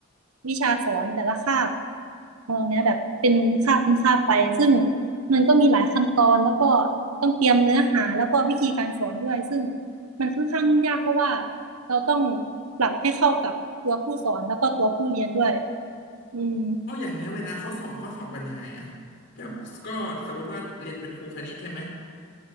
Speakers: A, on the right; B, on the left.
A: วิชาสอนแต่ละคาบตรงเนี้ยแบบเป็นคาบเป็นคาบไปซึ่งมันก็มีหลายขั้นตอนแล้วก็ต้องเตรียมเนื้อหาแล้วก็วิธีการสอนด้วยซึ่งมันค่อนข้างยุ่งยากเพราะว่าเราต้องปรับให้เข้ากับตัวผู้สอนแล้วก็ตัวผู้เรียนด้วยอืม
B: อ๋ออย่างเงี้ยเวลาเขาสอบเขาสอบกันยังไงอะแบบก็สมมติว่าเรียนเป็นครูคณิตใช่ไหม